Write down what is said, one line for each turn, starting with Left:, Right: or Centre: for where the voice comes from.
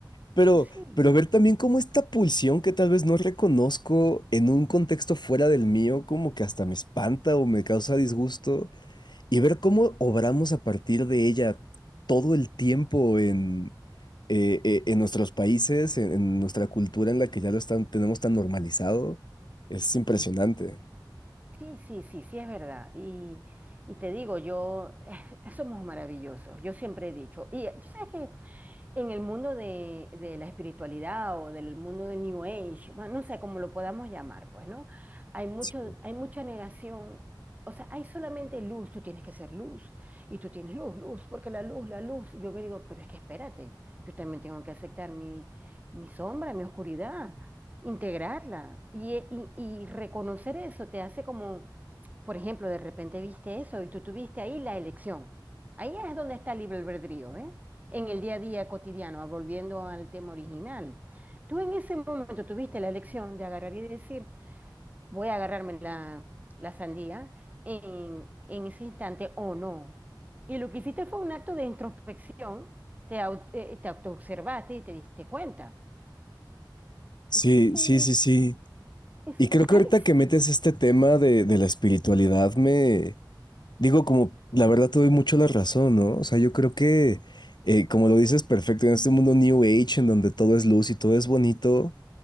Left: Pero,
Right: sí.
Left: pero ver también cómo esta pulsión que tal vez no reconozco en un contexto fuera del mío, como que hasta me espanta o me causa disgusto. y ver cómo obramos a partir de ella todo el tiempo en, eh, eh, en nuestros países, en, en nuestra cultura en la que ya lo están, tenemos tan normalizado, es impresionante.
Right: Sí, sí, sí, sí, sí, es verdad. Y, y te digo, yo, <laughs> somos maravillosos, yo siempre he dicho. Y eh, tú sabes que en el mundo de, de la espiritualidad o del mundo del New Age, bueno, no sé cómo lo podamos llamar, pues, ¿no? Hay mucho,
Left: Sí.
Right: hay mucha negación. O sea, hay solamente luz, tú tienes que ser luz. Y tú tienes luz, luz, porque la luz, la luz. Y yo me digo, pero es que espérate, yo también tengo que aceptar mi, mi sombra, mi oscuridad integrarla y, y- y reconocer eso te hace como, por ejemplo, de repente viste eso y tú tuviste ahí la elección. Ahí es donde está el libre albedrío, ¿eh? En el día a día cotidiano, volviendo al tema original. Tú en ese momento tuviste la elección de agarrar y decir, voy a agarrarme la, la sandía en, en ese instante o no. Y lo que hiciste fue un acto de introspección, te, au- eh, te autoobservaste y te diste cuenta.
Left: Sí,
Right: Entonces,
Left: sí, sí, sí.
Right: es-
Left: Y creo que
Right: ay,
Left: ahorita que metes
Right: sí,
Left: este tema de, de la espiritualidad, me digo, como la verdad te doy mucho la razón, ¿no? O sea, yo creo que, eh, como lo dices perfecto, en este mundo New Age, en donde todo es luz y todo es bonito,